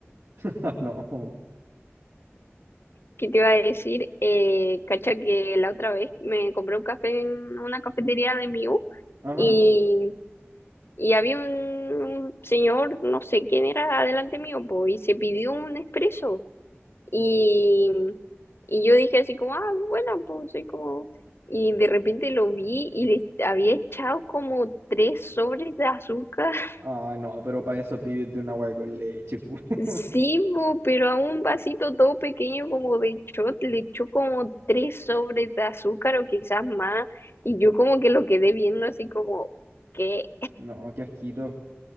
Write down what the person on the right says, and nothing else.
<laughs> No.
Ajá.
Ah, no, pero para eso pídete un agua con leche, pu. <laughs>
No, qué asquito.